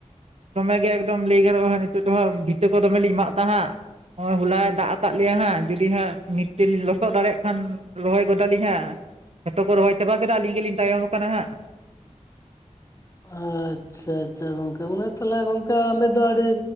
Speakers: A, on the right; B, on the left.
A: ᱫᱚᱢᱮᱜᱮ ᱮᱠᱫᱚᱢ ᱞᱟᱹᱭ ᱜᱟᱱᱚᱜᱼᱟ ᱦᱟᱸᱜ ᱱᱤᱛᱚᱜ ᱫᱚᱦᱟᱸᱜ ᱵᱤᱛᱟᱹ ᱠᱚ ᱫᱚᱢᱮ ᱞᱤᱧ ᱢᱟᱜ ᱛᱟᱦᱟᱸᱜ ᱱᱚᱜᱼᱚᱭ ᱦᱚᱞᱟᱭ ᱫᱟᱜ ᱟᱠᱟᱜ ᱞᱮᱭᱟ ᱦᱟᱸᱜ ᱡᱩᱫᱤ ᱦᱟᱸᱜ ᱱᱤᱛ ᱛᱮᱞᱤᱧ ᱞᱚᱥᱚᱫ ᱫᱟᱲᱮᱭᱟᱜ ᱠᱷᱟᱱ ᱨᱚᱦᱚᱭ ᱜᱚᱫᱟᱞᱤᱧ ᱦᱟᱸᱜ ᱡᱷᱚᱛᱚ ᱠᱚ ᱨᱚᱦᱚᱭ ᱪᱟᱵᱟ ᱠᱮᱫᱟ ᱟᱞᱤᱧ ᱜᱮᱞᱤᱧ ᱛᱟᱭᱚᱢ ᱠᱟᱱᱟ ᱦᱟᱸᱜ
B: ᱟᱪᱪᱷᱟ ᱟᱪᱪᱷᱟ ᱜᱚᱝᱠᱮ ᱚᱱᱮ ᱛᱟᱦᱞᱮ ᱜᱚᱝᱠᱮ ᱟᱵᱤᱱ ᱫᱚ ᱟᱹᱰᱤ